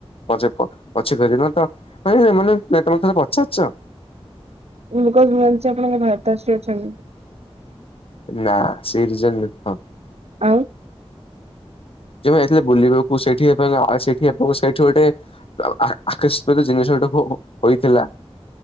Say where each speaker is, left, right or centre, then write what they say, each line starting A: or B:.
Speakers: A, on the left; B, on the right.
A: ପଛେ ପ ପଛେ କରି ନ ତ ମାନେ ତ ମାନେ ଅ ତମେ ଥରେ ପଚାରିଛ?
B: ମୁଁ କହିଲି ମୁଁ ଜାଣିଛି ଆପଣଙ୍କ ଭ୍ରାତାଶ୍ରୀ ଅଛନ୍ତି।
A: ନା ସେଇ ରିଜନ ନୁହଁ।
B: ଆଉ।
A: ଯେବେ ଯାଇଥିଲେ ବୁଲିବାକୁ ସେଇଠି ଏଫେନ ଆ ସେଠି ଆପଣ ସେଇଠୁ ଗୋଟେ ଆ ଆ ଆକସ୍ମିକ ଜିନିଷ ଟାକୁ ହୋଇଥିଲା।